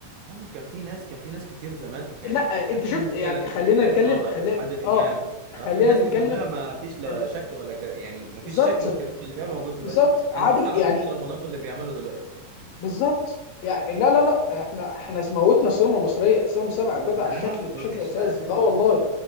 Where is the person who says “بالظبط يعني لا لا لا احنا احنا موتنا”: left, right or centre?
Left